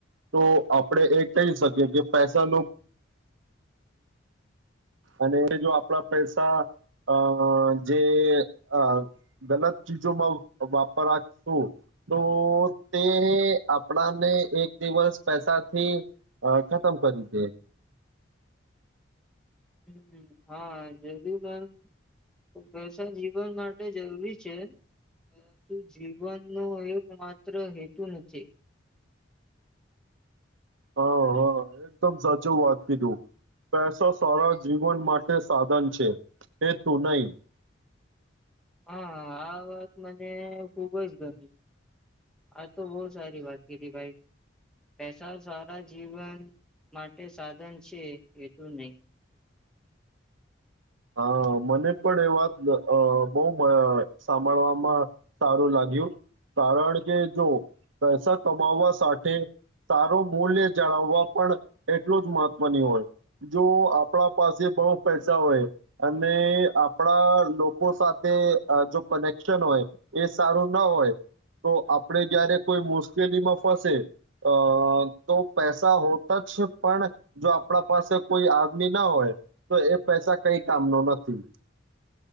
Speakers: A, on the right; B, in the centre.
A: તો આપણે એ કહી શકીએ કે પૈસા અને જો આપણા પૈસા અ જે અ ગલત ચીજોમાં વાપરશું તો તે આપણાને એક દિવસ પૈસાથી ખતમ કરી દે
B: હમ હા જરૂરી પૈસા જીવન માટે જરૂરી છે પરંતુ જીવનનો એક માત્ર હેતુ નથી.
A: હા હા એકદમ સાચું વાત કીધું પૈસા સારા જીવન માટે સાધન છે હેતુ નહી
B: હા આ વાત મને ખુબ જ ગમી આ તો બહુ સારી વાત કીધી ભાઈ પેસા સારા જીવન માટે સાધન છે એટું નહી
A: હા મને પણ એ વાત બહુ સાંભળવામાં સારું લાગ્યું કારણ કે જો પૈસા કમાવવા સાથે સારો મૂલ્ય જાળવવા પણ એટલું જ મહત્વની હોય જો આપણા પાસે બહુ પૈસા હોય અને આપણા લોકો સાથે જો કનેક્શન હોય એ સારું ના હોય તો આપણે જયારે કોઈ મુશ્કેલીમાં ફસે અ તો પૈસા હોતા જ પણ જો આપણા પાસે કોઈ આદમી ના હોય તો એ પૈસા કઈ કામ ના નથી